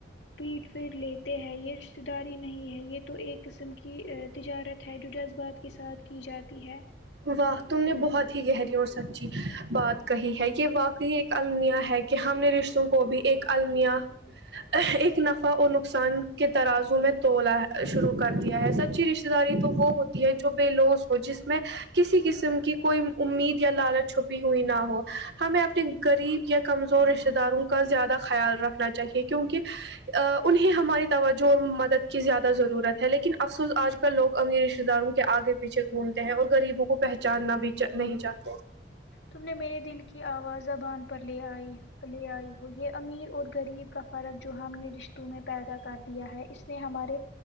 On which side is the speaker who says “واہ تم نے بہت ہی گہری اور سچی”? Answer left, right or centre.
Right